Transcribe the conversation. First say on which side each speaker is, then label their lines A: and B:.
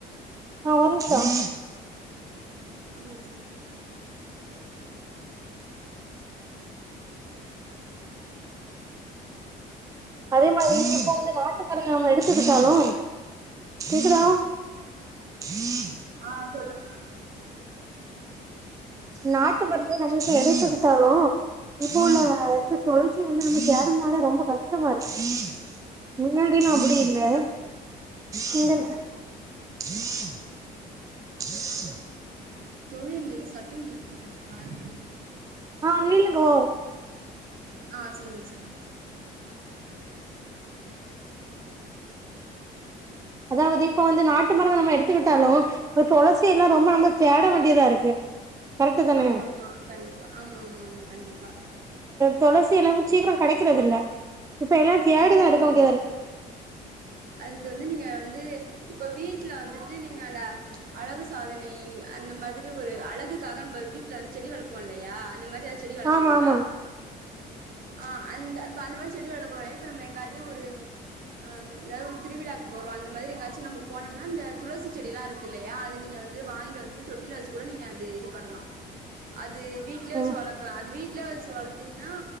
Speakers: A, on the right; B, on the right.
A: ஆஹ் ஒரு நிமிஷம்
B: உம்
A: அதே மாரி இப்போ வந்து நாட்டு மருந்து நாம எடுத்துக்கிட்டாலும் கேக்குதா உம்
B: ஆஹ் சொல்லுங்க
A: நாட்டு மருந்தே நம்மளுக்கு எடுத்துக்கிட்டாலும் இப்போ உள்ள
B: ஆமா
A: இந்த துளசி வந்து நம்ம தேடுறனால ரொம்ப கஷ்ட்மா இருக்கு முன்னாடியல்லாம் அப்படி
B: அங்க
A: இருந்தே
B: எதோ சத் ஆமா
A: நீங்க
B: ஆமா
A: <unintelligible>
B: தோழி அங்க எதோ சத்தம் கேக்குது கொஞ்சம் பாருங்களா
A: ஆ நீல்லுங்கோ
B: ஆ சொல்லுங்க சொல்லுங்க
A: அதாவது இப்ப வந்து நாட்டு மருந்து நம்ம எடுத்துக்கிட்டாலோ தொளசி எல்லா ரொம்ப
B: ம்
A: நம்ம தேட வேண்டியதா இருக்கு கரெக்ட் தானே
B: ஆமா ஆமா கண்டிப்பா ஆமா ஆமா ஆமா கண்டிப்பா
A: தொளசி எல்லாமு சீக்கிரோ கெடைக்கறது இல்ல இப்ப எல்லா தேடி
B: ம்
A: தா எடுக்க வேண்டியதா
B: ம்
A: இருக்கு
B: அதுக்கு வந்து நீங்க வந்து இப்ப வீட்ல வந்துட்டு நீங்க அந்த அழகு சாதனை அந்த மாதிரி ஒரு அலகுக்காக நம்ப வீட்ல வந்து செடி வளப்போ இல்லையா அந்த மாரி எதா செடி வளக்கறீங்களா
A: ஆமா ஆமா
B: ஆ அந்த இப்ப அந்த மாரி செடி வளக்கறோல்ல இப்ப நம்ம எங்காது ஒரு ம் ம் எதாவது ஒரு திருவிழாக்கு போறோ அந்த மாரி எங்காச்சி நம்ம போனோம்னா இந்த துளசி செடில்லா இருக்கு இல்லையா அது நீங்க வந்து வாங்கிட்டு வந்து தொட்டில வெச்சி கூட நீங்க அது இது பண்ணலா அ து வீட்லே வெச்சி
A: ஆமா
B: வளக்கலா அது வீட் வீட்ல வச்சி வளத்தீங்கன்னா